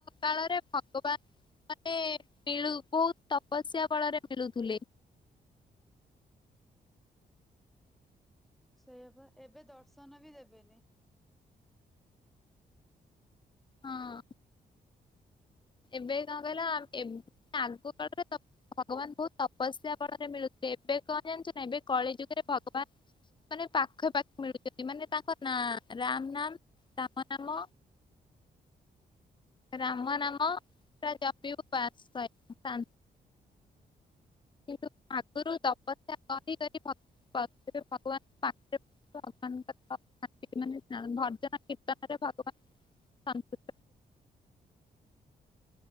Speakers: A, on the left (about 30°); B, in the centre.
A: କାଳରେ ଭଗବାନ ମାନେ ମିଳୁ ବହୁତ ତପସ୍ୟା ବଳରେ ମିଳୁଥିଲେ
B: ସେଇଆପା ଏବେ ଦର୍ଶନ ବି ଦେବେନି
A: ହଁ। ଏବେ କଣ କହିଲ ଏ ଆଗ କାଳରେ ଭଗବାନ ବହୁତ ତପସ୍ୟା ବଳରେ ମିଳୁଥିଲେ ଏବେ କଣ ଜାଣିଚ ନା ଏବେ କଳି ଯୁଗରେ ଭଗବାନ ମାନେ ପାଖା ପାଖି ମିଳୁଛନ୍ତି ମାନେ ତାଙ୍କ ନାଁ ରାମ ନାମ ରାମ ନାମ ରାମନାମ ପୁରା ଜପିବୁ <inaudible> ପି ବାସ ଶ କିନ୍ତୁ ଆଗରୁ ତପସ୍ୟା କରି କରି <inaudible> <unintelligible> ଭଗବାନଙ୍କ ପାଖରେ ଭଗବାନଙ୍କ ମାନେ ଭଜନ କୀର୍ତ୍ତନରେ ଭଗବାନ ସନ୍ତୁ